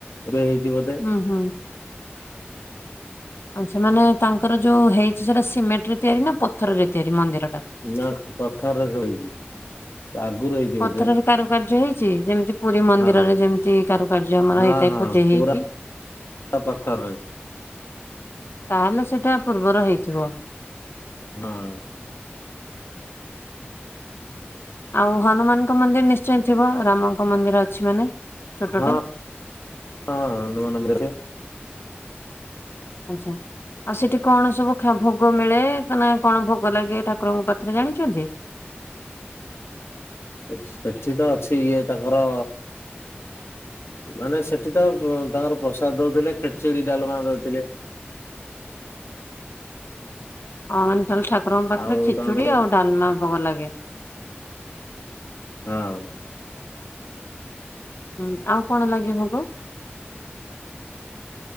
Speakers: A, on the left (about 85°); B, on the left (about 70°).
A: ଏବେ ହେଇଚି ବୋଧେ।
B: ହୁଁ ହୁଁ। ଆଚ୍ଛା ମାନେ ତାଙ୍କର ଯୋଉ ହେଇଛି ସେଟା ସିମେଣ୍ଟ ରେ ତିଆରି ନା ପଥରରେ ତିଆରି ମନ୍ଦିର ଟା?
A: ନା ପଥରରେ ସୋଇଛି ଆଗରୁ ହେଇଛି
B: ପଥରରେ
A: ବୋଧେ।
B: କାରୁକାର୍ଯ୍ୟ ହେଇଛି ଯେମିତି ପୁରୀ ମନ୍ଦିରରେ
A: ହଁ
B: ଯେମିତି କାରୁକାର୍ଯ୍ୟ ଆମର
A: ହଁ
B: ହେଇଥାଏ
A: ହଁ
B: ଖୋଦି
A: ପୁରା
B: ହେଇକି।
A: ପାଖରେ
B: ତାହେଲେ ସେଇଟା ପୂର୍ବର ହେଇଥିବ?
A: ହଁ।
B: ଆଉ ହନୁମାନଙ୍କ ମନ୍ଦିର ନିଶ୍ଚୟ ଥିବ ରାମଙ୍କ ମନ୍ଦିର ଅଛି ମାନେ। ଛୋଟଟେ।
A: ହଁ ହଁ <unintelligible> ରେ।
B: ଆଚ୍ଛା। ଆଉ ସେଠି କଣ ସବୁ ଭୋଗ ମିଳେ ନା କଣ ଭୋଗ ଲାଗେ ଠାକୁରଙ୍କ ପାଖରେ ଜାଣିଚନ୍ତି?
A: ସେଠି ତ ଅଛି ଇଏ ତାଙ୍କର ମାନେ ସେଠି ତ ତାଙ୍କର ପ୍ରସାଦ ଦଉଥିଲେ ଖିଚିଡ଼ି ଡ଼ାଲମା ଦଉଥିଲେ।
B: ଓହୋ ତାହେଲେ ଠାକୁରଙ୍କ ପାଖରେ
A: ଆଉ
B: ଖିଚୁଡ଼ି
A: ତାଙ୍କର ହଁ
B: ଆଉ ଡ଼ାଲମା ଭୋଗ ଲାଗେ।
A: ହଁ।
B: ହୁଁ ଆଉ କଣ ଲାଗେ ଭୋଗ?